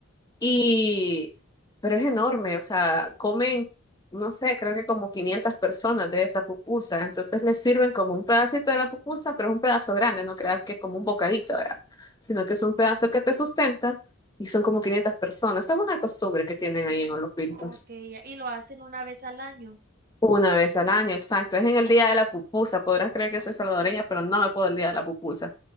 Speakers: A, on the left; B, on the right.
A: y, pero es enorme, o sea, comen, no sé, creo que como 500 personas de esa pupusa. Entonces les sirven como un pedacito de la pupusa, pero es un pedazo grande, no creas que es como un bocadito, ¿verdad? Sino que es un pedazo que te sustenta y son como 500 personas. Es una costumbre que tienen ahí en Olopilto.
B: Ok, ya, y lo hacen una vez al año.
A: Una vez al año, exacto. Es en el día de la pupusa. Podrás creer que soy salvadoreña, pero no me puedo el día de la pupusa.